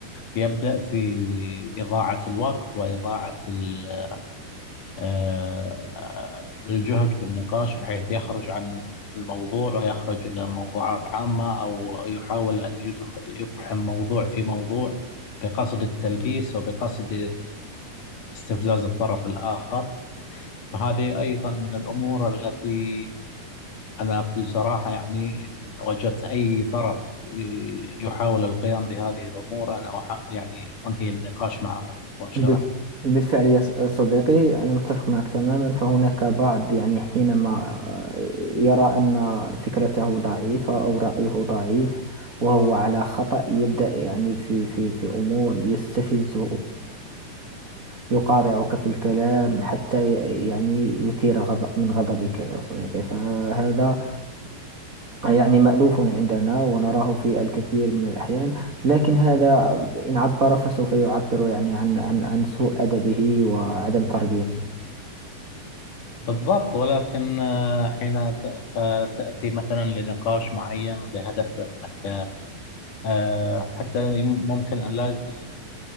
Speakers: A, on the left; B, on the right.
A: يبدأ في إضاعة الوقت وإضاعة ال- آه، الجهد في النقاش بحيث يخرج عن الموضوع ويخرج إلى موضوعات عامة أو يحاول أن يدخ- يقحم موضوع في موضوع بقصد التلبيس وبقصد استفزاز الطرف الآخر فهذه أيضا من الأمور التي أنا بصراحة يعني إن وجدت أي طرف يحاول القيام بهذه الأمور أنا أح- يعني أنهي النقاش معهم مباشرة
B: بال- بالفعل يا ص- صديقي أنا متفق معك تماما فهناك بعض يعني حينما آه، يرى أن فكرته ضعيفة أو رأيه ضعيف وهو على خطأ يبدأ يعني في في في أمور يستفزك ويقاطعك في الكلام حتى ي- يعني يثير غضب من غضبك يا صديقي فهذا يعني مألوف عندنا ونراه في الكثير من الأحيان لكن هذا إن عبر فسوف يعبر يعني عن عن عن سوء أدبه وعدم تربيته
A: بالضبط ولكن آه، حين ت- أنت تأتي مثلا لنقاش معين بهدف أنك آه، حتى ممكن أن لا ت-